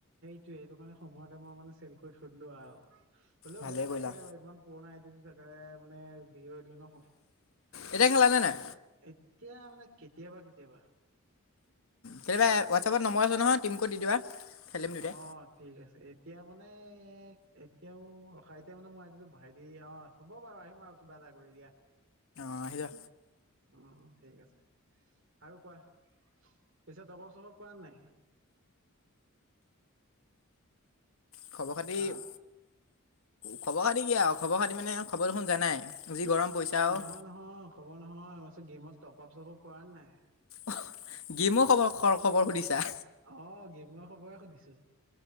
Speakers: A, on the right; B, on the left.
A: টোৱে, সেইটো কাৰণে সময়তে মই মানে ছেল কৰি থৈ দিলো আও। হ'লেও
B: ভালে
A: বেয়া লাগে
B: কৰিলা
A: কেতিয়াবা, ইমান পুৰণা আই ডিটো থ ৰে মানে বিক্ৰী কৰি দিলোঁ ন'।
B: এতিয়া খেলানে নাই
A: এতিয়া মানে কেতিয়াবা - কেতিয়াবা।
B: কেতিয়াবা হোৱাটছএপত নম্বৰ আছে নহয়, টিমকোড দি দিবা। খেলিম দুটাই
A: অ', ঠিক আছে। এতিয়া মানে এতিয়াও, ৰখা এতিয়া মানে মই আহি দিলোঁ। ভাইটি, অ'- হ'ব বাৰু আহিম আৰু, কিবা এটা কৰি। ৰি অ'।
B: অ' আহি যা।
A: অ' - অ', ঠিক আছে। আৰু কোৱা? পিছে টপ্-আপ্ - চপ্-আপ্ কৰান নাই?
B: খবৰ - খাতি-
A: হা?
B: খবৰ - খাতি কি আও, খবৰ - খাতি মানে খবৰ দেখোন জানায়ে। যি গৰম পৰিছে আও।
A: নহয় নহয় খবৰ নহয় মই কৈছোঁ গেমত টপ্‌-আপ্‌ - চপ্‌-আপ্‌ কৰান নাই?
B: অ' গেমৰ খবৰ, খৰ- খবৰ সুধিছা?
A: অ', গেমৰ খবৰে সুধিছোঁ।